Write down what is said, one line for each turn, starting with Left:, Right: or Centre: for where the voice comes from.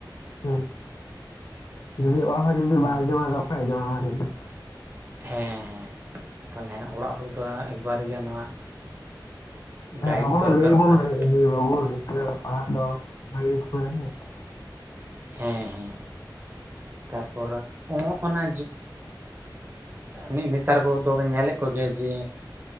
Left: ᱦᱮᱸ ᱡᱩᱫᱤ ᱚᱲᱟᱜ ᱦᱚᱲᱟᱜ ᱡᱩᱫᱤ
Right: ᱚᱱᱟ
Left: ᱵᱟᱟᱭ ᱟᱡᱚᱢᱟ ᱫᱚ ᱚᱠᱚᱭᱟᱜ ᱟᱡᱚᱢᱟᱭ ᱢᱟ ᱞᱟᱹᱭᱵᱤᱱ?
Right: ᱦᱮᱸ ᱦᱮᱸ ᱛᱟᱦᱚᱞᱮ ᱚᱲᱟᱜ ᱦᱚᱲ ᱫᱚ ᱮᱠᱵᱟᱨ ᱜᱮ ᱱᱚᱣᱟ ᱜᱟᱭᱤᱰ
Left: ᱟᱵᱚ
Right: ᱫᱚᱨᱠᱟᱨᱚᱜ
Left: ᱫᱚ ᱞᱟᱹᱭ ᱜᱮᱵᱚᱱ
Right: ᱠᱟᱱᱟ
Left: ᱞᱟᱹᱭᱼᱟ ᱡᱮ ᱵᱟᱵᱚᱱ ᱞᱟᱹᱭ ᱤᱭᱟᱹ ᱯᱟᱲᱦᱟᱜ ᱫᱚ ᱵᱷᱟᱞᱤ ᱤᱥᱠᱩᱞ ᱨᱮᱥᱮ ᱾
Right: ᱦᱮᱸ ᱦᱮᱸ ᱾ ᱛᱟᱨᱯᱚᱨ ᱦᱚᱜᱼᱚᱱᱟ ᱱᱮ ᱱᱮᱛᱟᱨ ᱠᱚᱫᱚ ᱵᱮᱱ ᱧᱮᱞᱮᱫ ᱠᱚᱜᱮᱭᱟ ᱡᱮ